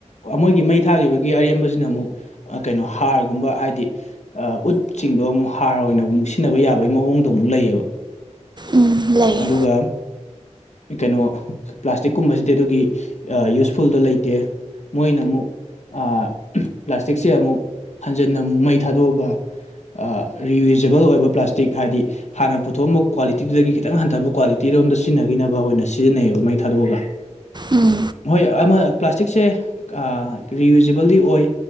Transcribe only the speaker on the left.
ꯃꯣꯏꯒꯤ ꯃꯩ ꯊꯥꯈꯤꯕꯒꯤ ꯑꯔꯦꯝꯕꯁꯤꯅ ꯑꯃꯨꯛ ꯀꯩꯅꯣ ꯍꯥꯔꯒꯨꯝꯕ ꯍꯥꯏꯗꯤ ꯑ ꯎꯠꯁꯤꯡꯗꯣ ꯑꯃꯨꯛ ꯍꯥꯔ ꯑꯣꯏꯅ ꯑꯃꯨꯛ ꯁꯤꯖꯤꯟꯅꯕ ꯌꯥꯕꯒꯤ ꯃꯑꯣꯡꯗꯣ ꯑꯃꯨꯛ ꯂꯩꯌꯦꯕ
ꯑꯗꯨꯒ ꯀꯩꯅꯣ ꯄ꯭ꯂꯥꯁꯇꯤꯛꯀꯨꯝꯕꯁꯤꯗꯤ ꯑꯗꯨꯒꯤ ꯌꯨꯁꯐꯨꯜꯗꯣ ꯂꯩꯇꯦ ꯃꯣꯏꯅ ꯑꯃꯨꯛ ꯑ ꯄ꯭ꯂꯥꯁꯇꯤꯛꯁꯦ ꯑꯃꯨꯛ ꯍꯟꯖꯟꯅ ꯑꯃꯨꯛ ꯃꯩ ꯊꯥꯗꯣꯛꯑꯒ ꯑ ꯔꯤꯌꯨꯖꯦꯕꯜ ꯑꯣꯏꯕ ꯄ꯭ꯂꯥꯁꯇꯤꯛ ꯍꯥꯏꯗꯤ ꯍꯥꯟꯅ ꯄꯨꯊꯣꯛꯑꯝꯕ ꯀ꯭ꯋꯥꯂꯤꯇꯤꯗꯨꯗꯒꯤ ꯈꯤꯇꯪ ꯍꯟꯊꯕ ꯀ꯭ꯋꯥꯂꯤꯇꯤꯔꯣꯝꯗ ꯁꯤꯖꯤꯟꯅ <unintelligible> ꯑꯣꯏꯅ ꯁꯤꯖꯤꯟꯅꯩꯌꯦꯕ ꯃꯩ ꯊꯥꯗꯣꯛꯑꯒ
ꯍꯣꯏ ꯑꯃ ꯄ꯭ꯂꯥꯁꯇꯤꯛꯁꯦ ꯑ ꯔꯤꯌꯨꯖꯦꯕꯜꯗꯤ ꯑꯣꯏ